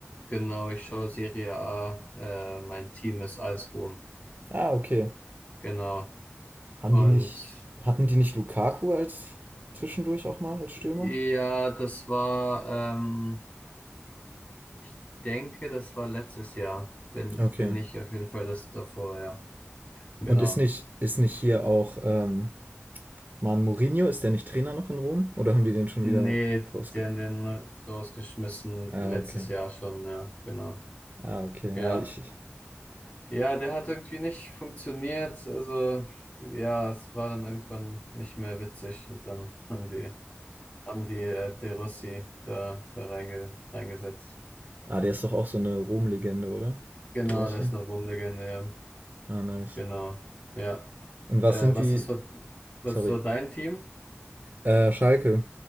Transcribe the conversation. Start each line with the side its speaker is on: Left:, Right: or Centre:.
Left: genau, ich schaue Serie A, äh, mein Team ist AS Rom,
Right: Ah, okay.
Left: genau.
Right: Haben
Left: Und
Right: die nicht, hatten die nicht Lukaku als zwischendurch auch mal als Stürmer?
Left: ja, das war, ähm, ich denke, das war letztes Jahr, wenn,
Right: Okay.
Left: wenn nicht, auf jeden Fall das davor, ja, genau.
Right: Und ist nicht, ist nicht hier auch ähm, Mann, Mourinho, ist der nicht Trainer noch in Rom? Oder haben die den schon
Left: Nee,
Right: wieder rausge...
Left: die haben den rausgeschmissen
Right: Ah,
Left: letztes
Right: okay.
Left: Jahr schon, ja, genau.
Right: Ah, okay.
Left: Ja,
Right: Ja, ich.
Left: ja, der hat irgendwie nicht funktioniert. Also, ja, es war dann irgendwann nicht mehr witzig und dann haben die, haben die äh, De Rossi da, da reinge, reingesetzt.
Right: Ah, der ist doch auch so eine Rom-Legende, oder?
Left: Genau,
Right: De Rossi.
Left: der ist eine Ruhmlegende, ja.
Right: Ah, nice.
Left: Genau, ja.
Right: Und was
Left: Äh,
Right: sind
Left: was
Right: die.
Left: ist so, was
Right: Sorry.
Left: ist so dein Team?
Right: Äh, Schalke.